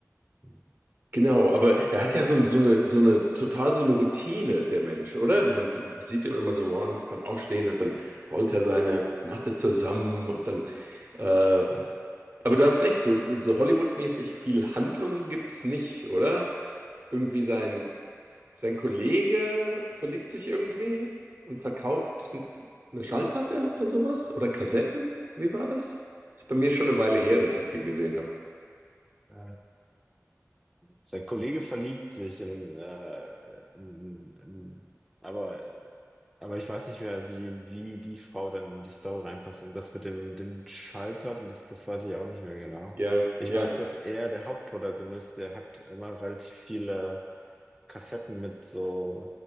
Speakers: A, in the centre; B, on the right.
A: Hm,
B: genau. Aber er hat ja so,
A: hm,
B: ein- so eine, so eine, total so eine Routine, der Mensch, oder? Man sie- sieht ihn immer so morgens beim Aufstehen und dann rollt er seine Matte zusammen und dann. Äh,
A: hm.
B: aber du hast recht, so, so Hollywood-mäßig viel Handlung gibt's nicht, oder? Irgendwie sein Sein Kollege verliebt sich irgendwie und verkauft n- eine Schallplatte oder sowas? Oder Kassetten? Wie war das? Ist bei mir schon eine Weile her, dass ich den gesehen habe.
A: Äh, sein Kollege verliebt sich in, äh, in, in aber Aber ich weiß nicht mehr, wie, wie die Frau dann in die Story reinpasst. Und das mit dem, den Schallplatten, das, das weiß ich auch nicht mehr genau.
B: Ja,
A: Ich
B: ja,
A: weiß, dass er, der Hauptprotagonist, der hat immer relativ viele Kassetten mit so